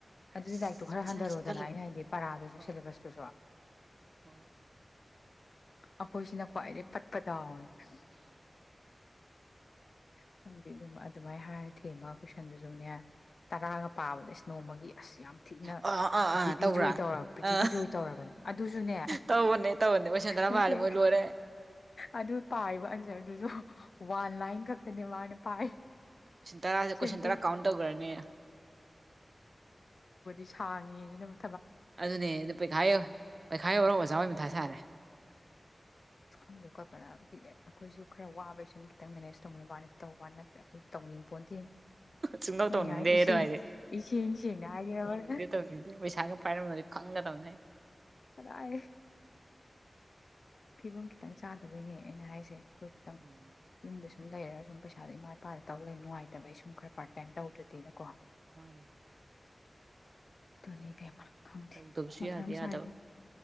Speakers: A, on the left (about 75°); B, on the right (about 60°).
A: ꯑꯗꯨꯗꯤ
B: ꯑꯁ
A: ꯂꯥꯏꯔꯤꯛꯇꯣ ꯈꯔ
B: ꯃꯆꯤꯟ
A: ꯍꯟꯊꯔꯣꯗꯅ
B: ꯃꯆꯤꯟ ꯀꯜꯂꯤꯕ
A: ꯑꯩꯅ ꯍꯥꯏꯗꯤ ꯄꯔꯥꯗꯨꯁꯨ
B: ꯍꯣꯏ
A: ꯁꯦꯂꯦꯕꯁꯇꯨꯁꯨ
B: ꯍꯣꯏ
A: ꯑꯩꯈꯣꯏꯁꯤꯅ ꯀ꯭ꯋꯥꯏꯗꯩꯩ ꯄꯠꯄ ꯗꯥꯑꯣꯅꯤ ꯪꯈꯪꯗꯦ ꯏꯅꯦꯃꯥ ꯑꯗꯨꯃꯥꯏꯅ ꯍꯥꯏꯔ ꯊꯦꯃ ꯀꯣꯏꯏꯁꯟꯗꯨꯁꯨꯅꯦ ꯇꯔꯥꯒ ꯄꯥꯕꯗ ꯏꯁ ꯅꯣꯃꯒꯤ ꯑꯁ ꯌꯥꯝ ꯊꯤꯅ
B: ꯑꯥ ꯑꯥ
A: ꯄ꯭ꯔꯤꯊꯤꯕꯤ
B: ꯑꯥ ꯇꯧꯕ꯭ꯔꯥ
A: ꯖꯣꯏ ꯇꯧꯔꯕ ꯄ꯭ꯔꯤꯊꯤꯕꯤ
B: ꯑꯥ
A: ꯖꯣꯏ ꯇꯧꯔꯕꯅꯤ ꯑꯗꯨꯁꯨꯅꯦ
B: ꯇꯧꯕꯅꯦ ꯇꯧꯕꯅꯦ ꯀꯣꯏꯁꯟ ꯇꯔꯥ
A: ꯅꯠꯇꯦ
B: ꯐꯥꯔꯗꯤ ꯃꯣꯏ ꯂꯣꯏꯔꯦ
A: ꯑꯗꯨ ꯄꯥꯔꯤꯕ ꯑꯟꯖꯔ ꯑꯗꯨꯁꯨ ꯋꯥꯟ ꯂꯥꯏꯟ ꯈꯛꯇꯅꯦ ꯃꯥꯅ ꯄꯥꯏ
B: ꯀꯣꯏꯁꯟ ꯇꯔꯥꯁꯦ ꯀꯣꯏꯁꯟ
A: ꯁꯦꯟꯇꯦꯟ
B: ꯇꯔꯥ ꯀꯥꯎꯟ ꯇꯧꯈ꯭ꯔꯅꯤ
A: ꯁꯟꯒꯦꯁꯤꯅꯕꯨ
B: ꯑꯗꯨꯅꯦ ꯑꯗꯨ ꯄꯩꯈꯥ ꯄꯩꯈꯥ ꯌꯧꯔꯒ ꯑꯣꯖꯥ ꯍꯣꯏ ꯃꯊꯥ ꯁꯥꯔꯦ
A: ꯑ ꯈꯪꯗꯦ ꯈꯣꯠꯄꯅ ꯑꯩꯈꯣꯏꯁꯨ ꯈꯔ ꯋꯥꯕꯩ ꯁꯨꯝ ꯈꯤꯇꯪ ꯃꯦꯅꯦꯖ ꯇꯧꯅꯤꯡ ꯋꯥꯅꯤ ꯇꯧꯕ ꯑꯩꯈꯣꯏꯁꯨ ꯇꯧꯅꯤꯡ ꯄꯣꯟꯇꯦ
B: ꯁꯨꯡꯇꯧ
A: ꯃꯌꯥꯏ
B: ꯇꯧꯅꯤꯡꯗꯦ
A: ꯏꯁꯦꯡ
B: ꯑꯗꯨ ꯍꯥꯏꯗꯤ
A: ꯏꯁꯦꯡ ꯁꯦꯡꯅ ꯍꯥꯏꯈ꯭ꯔꯕ
B: ꯇꯧꯅꯤꯡꯗꯦ ꯇꯧꯅꯤꯡꯗꯦ ꯄꯩꯁꯥꯒ ꯄꯥꯏꯔꯝꯕꯗꯤ ꯈꯪꯒꯗꯕꯅꯤ
A: ꯀꯗꯥꯑ ꯐꯤꯕꯝ ꯈꯤꯇꯪ ꯆꯥꯗꯕꯩꯅꯦ ꯑꯩꯅ ꯍꯥꯏꯁꯦ ꯑꯣꯏꯣꯏꯇ
B: ꯎꯝ
A: ꯌ ꯁꯨꯝ ꯂꯩꯔꯒ ꯁꯨꯝ ꯄꯩꯁꯥꯗ ꯏꯥ ꯏꯄꯥꯗ ꯇꯧ ꯂꯩ ꯅꯨꯡꯉꯥꯏꯇꯕꯩ ꯁꯨꯝ ꯈꯔ ꯄꯥꯔꯠ ꯇꯥꯏꯝ ꯇꯧꯗꯦꯅꯀꯣ
B: ꯃꯥꯅꯦ
A: ꯑꯗꯨꯣ ꯅꯕꯦꯃ ꯈꯪꯗꯦ
B: ꯇꯧꯗꯕꯁꯨ
A: ꯃꯊꯪ
B: ꯌꯥꯗꯤ
A: ꯑꯃꯁ
B: ꯌꯥꯗꯕ
A: ꯍꯥꯏꯁꯦ